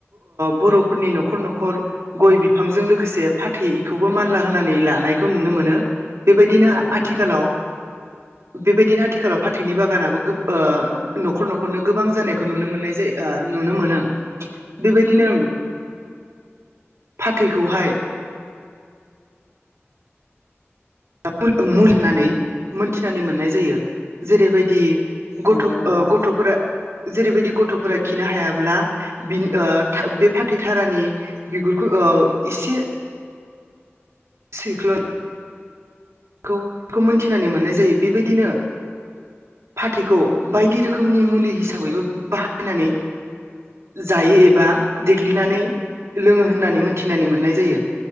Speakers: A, on the right; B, on the left.
A: बर'फोरनि न'खर न'खर गइ बिफांजों लोगोसे फाथैखौबो मानला होनानै लानायखौ नुनो मोनो। बेबायदिनो
B: नंगौ नोंथां
A: आथिखालाव बेबायदिनो आथिखालाव फाथैनि बागानाबो गो ओ न'खर न'खरनो गोबां जानायखौ नुनो मोननाय जायो नुनो मोनो बेबायदिनो फाथैखौहाय <unintelligible> होननानै मोनथिनानै मोननाय जायो जेरैबायदि गथ'
B: नंगौ
A: ओ
B: नोंथां
A: गथ'फोरा जेरैबायदि गथ'फोरा खिनो हायाब्ला बि बे फाथै थारानि बिगुरखौ एसे सैख्ल'नो खौ मोनथिनानै मोननाय जायो बेबायदिनो फाथैखौ बायदि रोखोमनि मुलि हिसाबैबो बाहायनानै जायो एबा देग्लिनानै लोङो होननानै मोनथिनानै मोननाय जायो।